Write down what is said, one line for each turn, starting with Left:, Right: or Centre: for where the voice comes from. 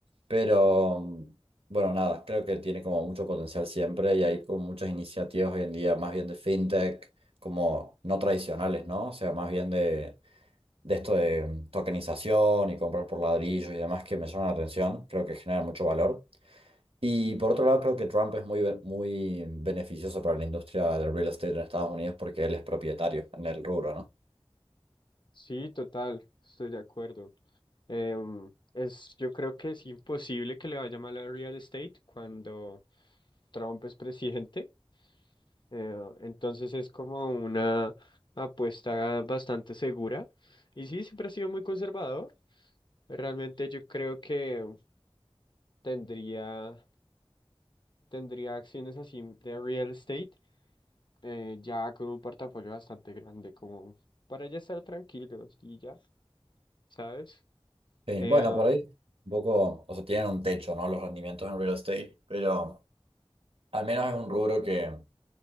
Right: Pero, mm, bueno, nada, creo que tiene como mucho potencial siempre y hay como muchas iniciativas hoy en día, más bien de fintech, como no tradicionales, ¿no? O sea, más bien de, de esto de mm, tokenización y comprar por ladrillos y demás que me llaman la atención, creo que generan mucho valor. Y por otro lado, creo que Trump es muy, ben- muy beneficioso para la industria del real estate en Estados Unidos porque él es propietario en el rubro, ¿no?
Left: Sí, total, estoy de acuerdo. Em, es, yo creo que es imposible que le vaya mal a real estate cuando Trump es presidente. Eh, entonces es como una apuesta bastante segura. Y sí, siempre ha sido muy conservador. Realmente yo creo que tendría, tendría acciones así de real estate, eh, ya con un portafolio bastante grande, como para ya estar tranquilos y ya, ¿sabes?
Right: Sí,
Left: Eh,
Right: bueno, por ahí un poco, o sea, tienen un techo, ¿no? Los rendimientos en real estate, pero al menos es un rubro que,